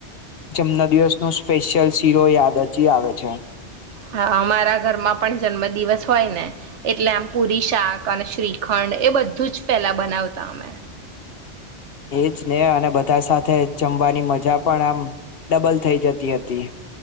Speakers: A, on the left (about 55°); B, on the right (about 75°).
A: જન્મદિવસ નું સ્પેશિયલ શીરો યાદ હજી આવે છે
B: હા અમારા ઘરમાં પણ જન્મ દિવસ હોય ને એટલે આમ પુરી શાક અને શ્રીખંડ એ બધું જ પેલા બનાવતા અમે
A: એજ ને અને બધા સાથે જમવાની મજા પણ આમ ડબલ થઈ જતી હતી